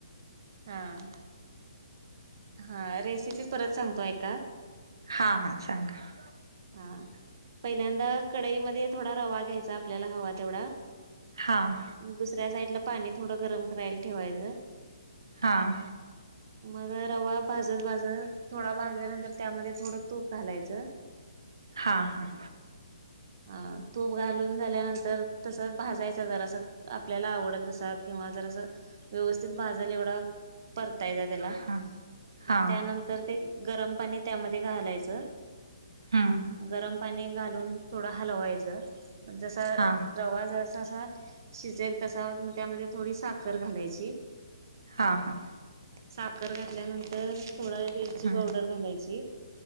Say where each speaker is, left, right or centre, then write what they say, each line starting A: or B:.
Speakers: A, on the right; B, on the right.
A: हा. हा, रेसिपी परत सांगतो आहे का?
B: हा हा, सांगा.
A: हा, पहिल्यांदा कडईमध्ये थोडा रवा घ्यायचा आपल्याला हवा तेवढा
B: हां.
A: दुसऱ्या साईड ला पाणी थोडं गरम करायला ठेवायचं.
B: हां.
A: मग रवा भाजत भाजत, थोडा भाजल्यानंतर त्यामध्ये थोडं तूप घालायचं.
B: हां हां.
A: अ तूप घालून झाल्यानंतर, तसच भाजायच जरा अस आपल्याला आवडल तसा, किंवा जरासं व्यवस्थित भाजल एवढा परतायचा त्याला,
B: हा हा
A: मग त्यानंतर ते गरम पाणी त्यामध्ये घालायचं
B: हम्म
A: गरम पाणी घालून थोडं हलवायचं, म जस
B: हा
A: रवा जस जसा शिजेल, तसा त्यामध्ये थोडी साखर घालायची
B: हा हा.
A: साखर घातल्यानंतर थोडा वेलची
B: हम्म
A: पावडर घालायची.